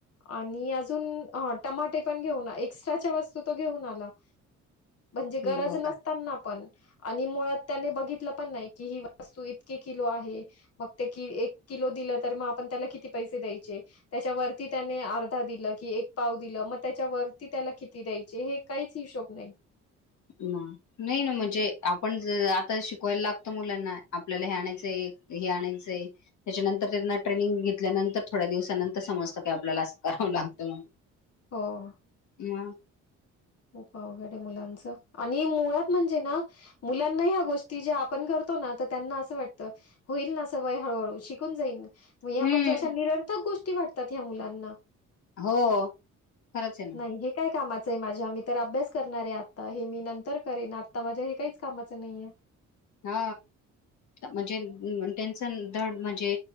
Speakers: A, on the left; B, on the left.
A: आणि अजून..... हा टमाटे पण घेऊन एक्स्ट्राच्या वस्तू तो घेऊन आला म्हणजे
B: हम्म
A: गरज
B: बघा
A: नस... त्यांना पण आणि मुळात त्याने बघितलं पण नाही की ही वस्तू इतकी किलो आहे. मग ते कि एक किलो दिलं तर मग आपण त्याला किती पैसे द्यायचे..... त्याच्यावरती त्याने अर्धा दिलं की एक पाव दिलं मग त्याच्या वरती त्याला किती द्यायचे हे...... काहीच हिशोब नाही....
B: हम्म..... नाही ना म्हणजे आपण ज आता शिकवायला लागतो मुलांना आपल्याला हे आणायचंय हे आणायचंय. त्याच्यानंतर त्यांना ट्रेनिंग घेतल्यानंतर थोड्या दिवसानंतर समजतं की आपल्याला असं करावं लागतं...
A: हो....
B: हमं....
A: खूप अवघड आहे मुलांचं आणि मुळात म्हणजे ना..... मुलांनाही ह्या गोष्टी ज्या आपण करतो ना तर त्यांना असं वाटतं...... होईल ना सवय हळूहळू शिकून जाईल... या
B: हम्म
A: म्हणजे अशा निरर्थक गोष्टी वाटतात ह्या मुलांना....
B: हो खरंच आहे.
A: नाही, हे काय कामाचं आहे माझ्या आम.... तर अभ्यास करणारे आता हे मी नंतर करेन आता माझ्या हे काहीच कामाचं नाहीय.
B: हा म्हणजे टेन्शन दड म्हणजे.....